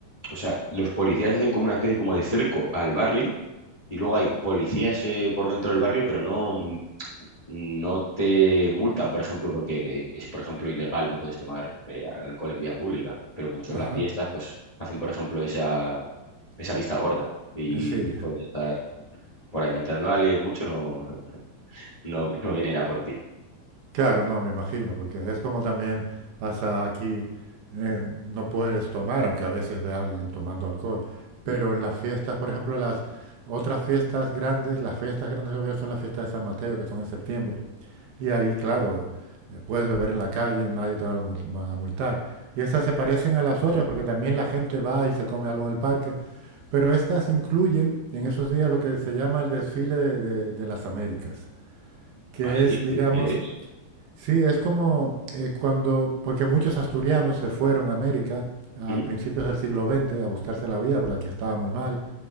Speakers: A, on the left; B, on the right.
A: o sea, los policías hacen como una especie como de cerco al barrio y luego hay policías eh, por dentro del barrio, pero no, mm, no te multan, por ejemplo, porque le- es, por ejemplo, ilegal, no puedes tomar eh, alcohol en vía pública, pero como son
B: ajá,
A: las fiestas, pues hacen, por ejemplo, esa, esa vista gorda y
B: sí.
A: puedes estar por ahí mientras no alguien mucho, no, No, no viene a por ti.
B: Claro, no, me imagino, porque es como también pasa aquí, eh, no puedes tomar, aunque a veces ve a alguien tomando alcohol, pero
A: Mm,
B: en las fiestas, por ejemplo, las otras fiestas grandes, las fiestas grandes de Oviedo son las fiestas de San Mateo, que son en septiembre, y ahí, claro, eh, puedes beber en la calle, nadie te va a mul- a multar. Y estas se parecen a las otras
A: mm.
B: porque también la gente va y se come algo en el parque, pero estas incluyen en esos días lo que se llama el desfile de de- de las Américas, que
A: ¿Ah, sí?
B: es, digamos,
A: ¿Qué, qué es?
B: Sí, es como eh, cuando, porque muchos asturianos se fueron a América a
A: Mm.
B: principios del siglo XX a buscarse la vida, porque aquí estaba muy mal,